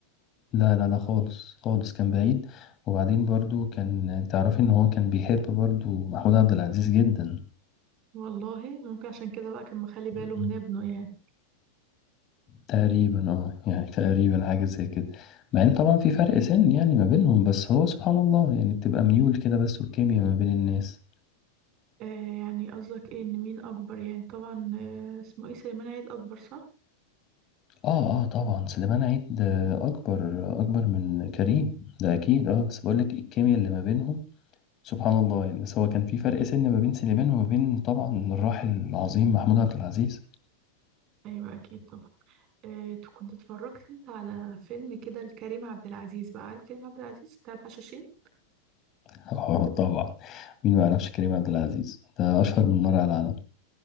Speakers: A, on the left; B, on the right.
A: لا لا لا خالص خالص كان بعيد وبعدين برضه كان تعرفي ان هو كان بيحب برضه محمود عبد العزيز جدا
B: والله ممكن عشان كده بقى كان مخلي باله
A: مم.
B: من ابنه يعني
A: تقريبا اه يعني <laughs> تقريبا حاجة زي كده مع ان طبعا في فرق سن يعني ما بينهم بس هو سبحان الله يعني بتبقى ميول كده بس والكيمياء ما بين الناس
B: آه يعني قصدك ايه ان مين اكبر يعني طبعا آه اسمه ايه سليمان عيد اكبر صح
A: اه اه طبعا سليمان عيد آه، اكبر اكبر من كريم ده اكيد اه بس بقول لك الكيمياء اللي ما بينهم سبحان الله يعني بس هو كان في فرق سن ما بين سليمان وما بين طبعا الراحل العظيم محمود عبد العزيز
B: ايوه اكيد طبعا آه ت- كنت اتفرجت انت على فيلم كده لكريم عبد العزيز بقى عارف كريم عبد العزيز بتاع الحشاشين
A: <laughs> اه طبعا مين ما يعرفش كريم عبد العزيز ده اشهر من نار على العالم